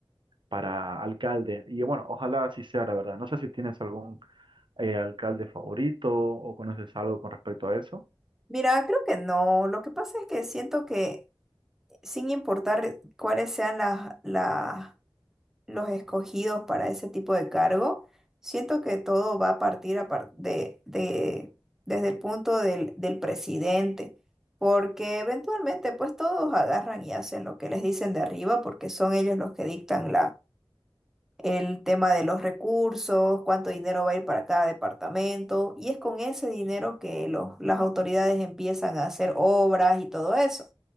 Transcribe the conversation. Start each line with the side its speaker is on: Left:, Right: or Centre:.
Right: para alcalde. Y bueno, ojalá así sea, la verdad. No sé si tienes algún eh, alcalde favorito o conoces algo con respecto a eso.
Centre: Mira, creo que no. Lo que pasa es que siento que sin importar cuáles sean las, las- los escogidos para ese tipo de cargo, siento que todo va a partir a par- de, de- desde el punto del, del presidente, porque eventualmente pues todos agarran y hacen lo que les dicen de arriba porque son ellos los que dictan el tema de los recursos, cuánto dinero va a ir para cada departamento, y es con ese dinero que los- las autoridades empiezan a hacer obras y todo eso.